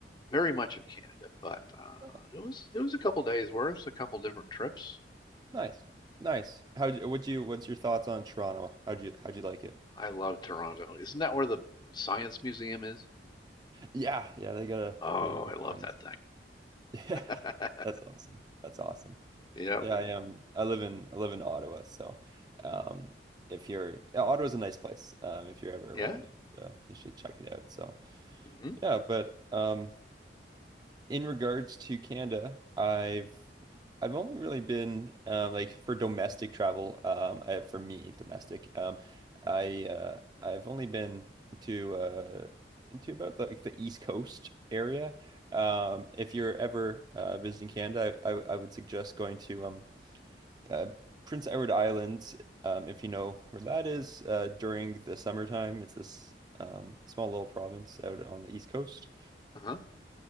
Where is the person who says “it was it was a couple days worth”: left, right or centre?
Left